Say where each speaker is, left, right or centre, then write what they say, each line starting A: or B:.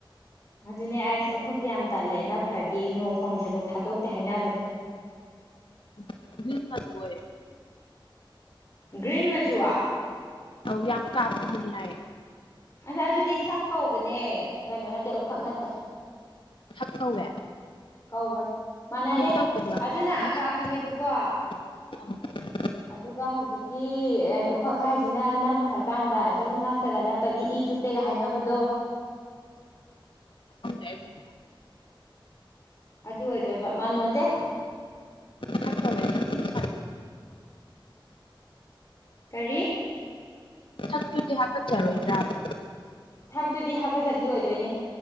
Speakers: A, on the left; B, on the left.
A: ꯑꯗꯨꯅꯦ ꯑꯩꯁ ꯑꯃꯨꯐꯛꯇꯤ ꯌꯥꯝ ꯇꯜꯂꯦ ꯅꯞꯈ꯭ꯔꯗꯤ ꯅꯣꯡ ꯈꯣꯡꯗ꯭ꯔꯤꯐꯥꯎ ꯊꯥꯗꯣꯛꯇꯦ ꯍꯥꯏꯅꯕꯅꯦ
B: <unintelligible>
A: ꯒ꯭ꯔꯤꯟ ꯃꯆꯨꯋꯥ
B: ꯑꯧ ꯌꯥꯝ ꯀꯥꯕꯗꯨꯅꯦ ꯍꯥꯏꯌꯦ
A: ꯉꯁ ꯑꯗꯨꯗꯤ ꯊꯛ ꯀꯧꯕꯅꯦ ꯀꯩꯅꯣ ꯅꯠꯇꯦ ꯎꯐꯛ ꯅꯠꯇꯦ
B: ꯊꯛ ꯀꯧꯋꯦ
A: ꯀꯧꯕꯅꯤ ꯃꯥꯟꯅꯗꯦ
B: ꯀꯩꯝ ꯇꯧꯗꯕ꯭ꯔꯕꯅꯦ
A: ꯑꯗꯨꯅ
B: ꯑꯁ
A: ꯑꯀꯥꯞꯄꯤꯅꯦꯕꯀꯣ
B: <unintelligible>
A: ꯑꯗꯨꯒ ꯍꯧꯖꯤꯛ ꯍꯧꯀꯤ ꯀꯩꯅꯣ ꯎꯐꯛ ꯍꯥꯏꯁꯤꯅ ꯅꯞꯈ꯭ꯔꯀꯥꯟꯗ ꯑꯗꯨꯝ ꯉꯛꯇꯒ ꯅꯞꯄꯗꯤ ꯏ ꯆꯨꯞꯄꯦꯒ ꯍꯥꯏꯅꯕꯗꯣ
B: ꯈꯪꯗꯦ ꯑꯩ ꯐꯖꯅ
A: ꯑꯗꯨ ꯑꯣꯏꯗꯣꯏꯕ ꯃꯥꯟꯅꯗꯦ
B: ꯊꯛ ꯀꯧꯋꯦ ꯊꯛꯇꯨꯗꯤ
A: ꯀꯔꯤ
B: ꯑꯇꯨꯗꯤ ꯍꯥꯀꯠꯆꯔꯣꯏꯗ꯭ꯔꯥꯕ
A: ꯊꯔꯠꯇꯨꯗꯤ ꯍꯥꯒꯠꯆꯕꯤ ꯑꯣꯏꯗꯣꯏꯅꯦ